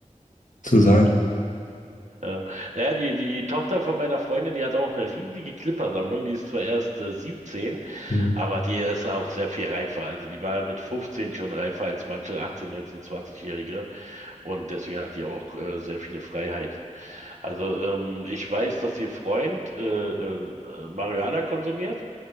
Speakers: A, on the left; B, on the right.
A: zu sein.
B: ja. Naja, die, die Tochter von meiner Freundin, die hat auch eine riesige Clipper-Sammlung. Die ist zwar erst äh, 17,
A: Hm.
B: aber die ist auch sehr viel reifer. Also die war mit 15 schon reifer als manche 18, 19, 20-Jährige. Und deswegen hat die auch äh, sehr viele Freiheiten. Also ähm, ich weiß, dass ihr Freund äh, äh, äh, Marihuana konsumiert